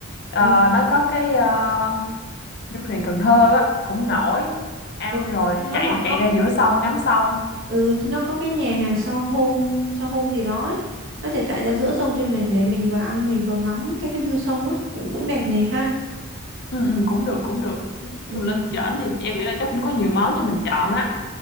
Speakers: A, on the left; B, on the right.
A: Ờ,
B: Ừ.
A: nó có cái ờ, du thuyền Cần Thơ á cũng nổi ăn
B: Ừ,
A: rồi
B: Cái đó
A: chạy
B: là
A: chạy
B: có
A: ra giữa sông ngắm sông
B: Ừ, chứ nó có cái nhà hàng sao hôm sao hôm gì đó ấy. Nó sẽ chạy ra giữa sông cho mình để mình vừa ăn mình vừa ngắm cái cái view sông á cũng cũng đẹp này ha.
A: ừ, ừ, cũng được cũng được nói
B: Ừ.
A: chung lên trển thì em nghĩ là chắc cũng có nhiều món cho mình chọn á